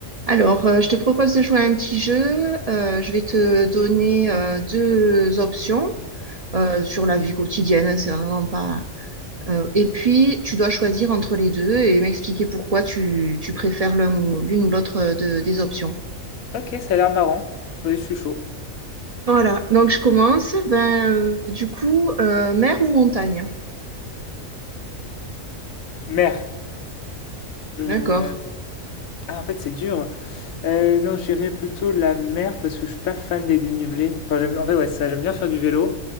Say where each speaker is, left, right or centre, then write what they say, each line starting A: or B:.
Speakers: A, on the right (about 45°); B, on the left (about 85°).
A: Alors, euh, je te propose de jouer à un petit jeu. Euh, je vais te donner euh, deux options euh, sur la vie quotidienne. hein, c'est vraiment pas. euh, et puis, tu dois choisir entre les deux et m'expliquer pourquoi tu, tu préfères l'un ou l'une ou l'autre euh, de- des options.
B: Ok, ça a l'air marrant. Oui, je suis chaud.
A: Voilà. Donc, je commence. Ben, euh, du coup, euh, mer ou montagne?
B: Mer. La-
A: D'accord.
B: Ah, en fait, c'est dur. Euh, non, j'irais plutôt la mer parce que je suis pas fan des dénivelés. Enfin, j'aime, en fait, ouais, ça, j'aime bien faire du vélo.